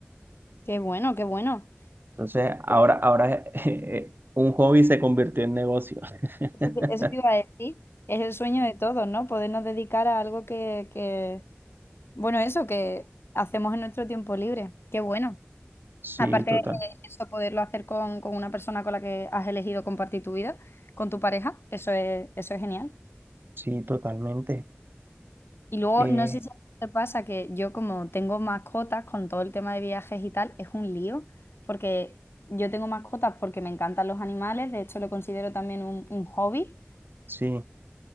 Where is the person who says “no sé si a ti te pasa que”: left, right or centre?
Left